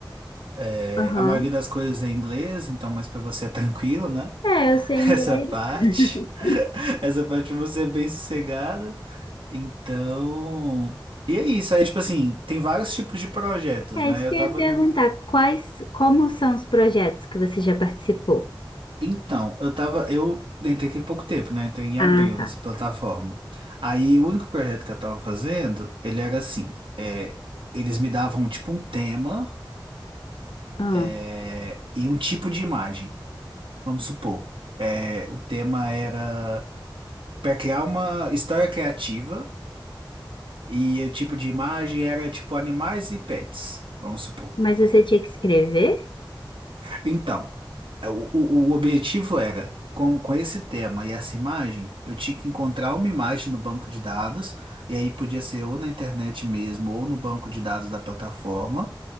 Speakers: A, on the right; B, on the left.
A: É,
B: Aham.
A: a maioria das coisas é em inglês, então, mas para você é tranquilo, né?
B: É, eu sei
A: <laughs>
B: inglês.
A: Essa parte.
B: <laughs>
A: Essa parte você é bem sossegada. Então. E é isso. Aí, tipo assim, tem vários tipos de projetos,
B: É
A: né?
B: isso que
A: Eu tava
B: eu ia perguntar.
A: em um.
B: Quais, como são os projetos que você já participou?
A: Então, eu tava. Eu entrei tem pouco tempo, né? Entrei em
B: Ah,
A: abril
B: tá.
A: nessa plataforma. Aí, o único projeto que eu tava fazendo, ele era assim: é, eles me davam, tipo, um tema
B: Ah,
A: é, e um tipo de imagem. Vamos supor. É, o tema era para criar uma história criativa E o tipo de imagem era tipo animais e pets, vamos supor.
B: mas você tinha que escrever?
A: Então, é, o, o, o objetivo era, com, com esse tema e essa imagem, eu tinha que encontrar uma imagem no banco de dados, e aí podia ser ou na internet mesmo, ou no banco de dados da plataforma.